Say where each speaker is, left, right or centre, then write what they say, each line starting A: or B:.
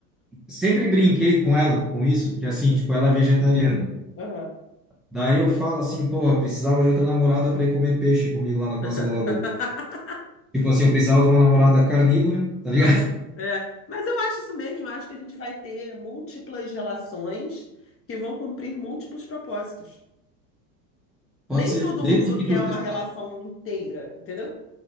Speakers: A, in the centre; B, on the left.
A: sempre brinquei com ela, com isso, que é assim, tipo, ela é vegetariana.
B: Aham.
A: Daí eu falo assim, porra, precisava de outra namorada para ir comer peixe comigo lá na Costa
B: <laughs>
A: da Lagoa. Tipo assim, eu precisava de uma namorada carnívora, tá ligado?
B: Aham, É. Mas eu acho isso mesmo, eu acho que a gente vai ter múltiplas relações que vão cumprir múltiplos propósitos.
A: <laughs> Pode
B: Nem
A: ser.
B: todo
A: Desde
B: mundo
A: que
B: quer
A: tu
B: uma
A: te...
B: relação inteira, entendeu?